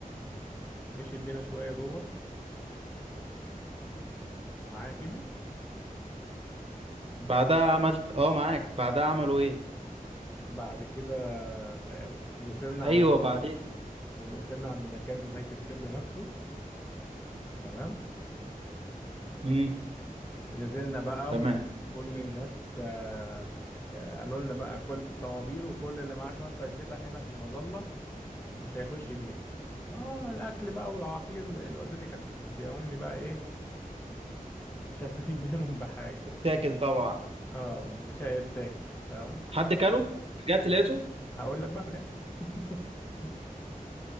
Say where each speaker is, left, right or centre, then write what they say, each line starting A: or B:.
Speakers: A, on the left; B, on the right.
A: مشيت بينا شوية جوه معايا كيمو
B: بعدها عملت اه معاك بعدها عملوا ايه
A: بعد كده ده- وصلنا
B: ايوه
A: عند
B: بعدين
A: وصلنا عند مكان الهايك ستيب نفسه تمام
B: امم
A: نزلنا بقى
B: تمام
A: وكل الناس آه، آه، قالوا لنا بقى كل طوابير وكل اللي معاه شنطة يسيبها هنا في المظلة مش هيخش بيها اه الاكل بقى والعصير اللي والدتي كانت مدياهم لي بقى ايه مش هستفيد منهم بحاجه
B: اتاكل طبعا
A: اه مش هيتاكل تمام هت-
B: حد كله رجعت لقيته
A: هقول لك بقى في الاخر <laughs>